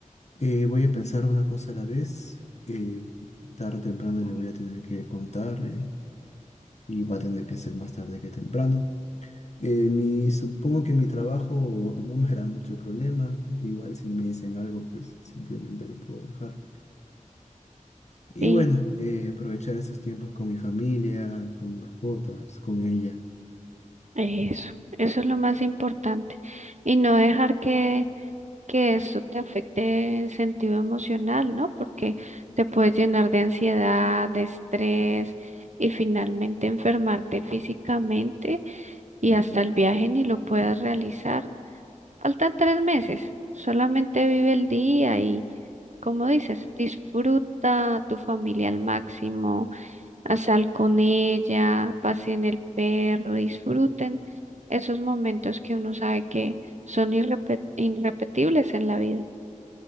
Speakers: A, on the left; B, on the right.
A: eh, voy a pensar una cosa a la vez. eh, tarde o temprano le voy a tener que contar. eh, y va a tener que ser más tarde que temprano. Eh, mi, supongo que mi trabajo <laughs> no me hará mucho problema, igual si me dicen algo, pues simplemente lo puedo dejar. Y
B: Y
A: bueno, eh, aprovechar esos tiempos con mi familia, con mascotas, con ella.
B: eso, eso es lo más importante. Y no dejar que que eso te afecte en sentido emocional, ¿no? Porque te puedes llenar de ansiedad, de estrés y finalmente enfermarte físicamente y hasta el viaje ni lo puedas realizar. Faltan tres meses, solamente vive el día y, como dices, disfruta a tu familia al máximo, a sal con ella, pasen el perro, disfruten esos momentos que uno sabe que son irrepe- irrepetibles en la vida.